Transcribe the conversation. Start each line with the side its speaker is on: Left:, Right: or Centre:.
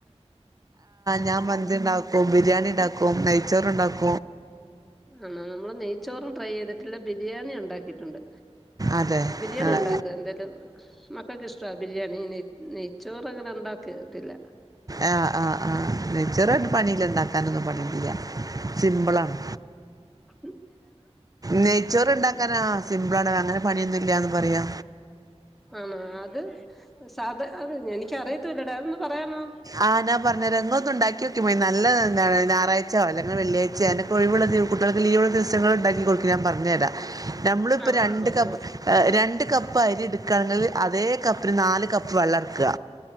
Right: ഞാൻ മന്തി ഉണ്ടാക്കും ബിരിയാണി ഉണ്ടാക്കും നെയ്ച്ചോറ ഉണ്ടാക്കും
Centre: ആണോ നമ്മള് നെയ്ച്ചോറും ട്രൈ ചെയ്തിട്ടില്ല ബിരിയാണി ഉണ്ടാക്കിയിട്ടുണ്ട്
Right: അതെ
Centre: ബിരിയാണി
Right: ആഹ്
Centre: ഉണ്ടാക്ക എന്തായാലും ൊക്കെ ഇഷ്ട ബിരിയാണി ന നെയ്ച്ചോറ് അങ്ങനെ ഉണ്ടാക്കത്തില്ല
Right: ആഹ ആഹ് ആഹ നച്ചറായിട്ട് പണിയില ഇണ്ടാക്കാനൊന്നും പണട്ടില്ല സിമ്പിള ആണ്
Centre: ഉ
Right: നെയ്ച്ചോറ് ഇണ്ടാക്കാനാ സിംബ്ളട അങ്ങനെ പണിയൊന്നുംല്ലന്ന് പറയാ
Centre: ആണ അത് സാധ അത് എനിക്ക അറിയത്തൂല്ലടാ അതൊന്ന് പറയാമോ
Right: ആഹ് ഞാ പറഞ്ഞ രങ്ങൊക്കെ ഉണ്ടാക്കി വെക്കും മ നല്ല എന്താണ് ഞറാഴ്ച അ അ വെള്ളാഴ്ച അക്ക ഒിവുള്ള കുട്ടികക്ക്ീവ ദിവസ ഉണ്ട പറഞ്ഞരാാ നമ്മളിപ്പ
Centre: ആ
Right: ര
Centre: ഒന്ന് പറഞ്ഞേര്
Right: ക് രണ്ട് കപ്പ് അരി എടുക്കുകയാണെങ്കിൽ അ ഒതേ കപ്പിന് നാല് കപ്പ് വളർക്കുക